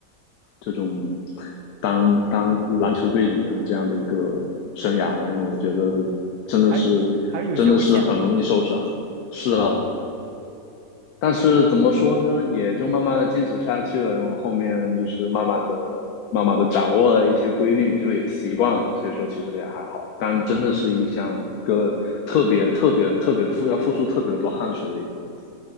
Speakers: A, on the left; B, on the right.
A: 这种当当篮球队里面的这样的一个生涯吧，因为我觉得真的是
B: 还还是有些危险的。
A: 真的是很容易受伤。是啊，但是怎么说呢，也就慢慢的坚持下去了，因为后面就是慢慢的、慢慢的掌握了一些规律，就也习惯了，所以说其实也还好。但真的是一项一个特别特别特别付要付出特别多汗水的一个东西。